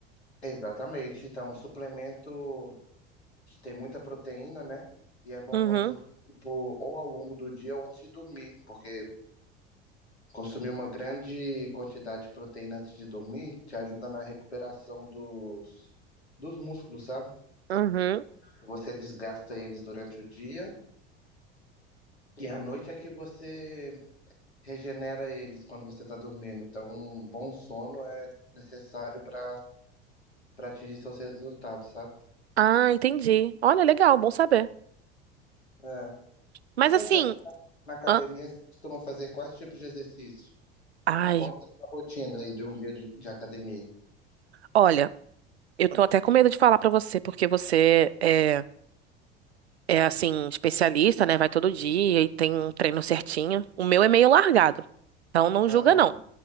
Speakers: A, on the left; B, on the right.
A: exatamente. Então, um suplemento que tem muita proteína, né? E é bom
B: Uhum.
A: consumir, tipo, ou ao longo do dia ou antes de dormir, porque Consumir uma grande quantidade de proteína antes de dormir te ajuda na recuperação dos, dos músculos, sabe?
B: Uhum.
A: Você desgasta eles durante o dia e à noite é que você regenera eles quando você está dormindo. Então, um bom sono é necessário para para atingir seus resultados, sabe?
B: Ah, entendi. Olha, legal, bom saber.
A: É.
B: Mas
A: E quando
B: assim,
A: você vai na academia,
B: hã?
A: você costuma fazer quais tipos de exercício?
B: ai,
A: Conta a sua rotina aí de um dia de, de academia.
B: olha, eu tô até com medo de falar pra você, porque você é é assim, especialista, né? Vai todo dia e tem um treino certinho. O meu é meio largado. Então não
A: Ah,
B: julga,
A: não.
B: não.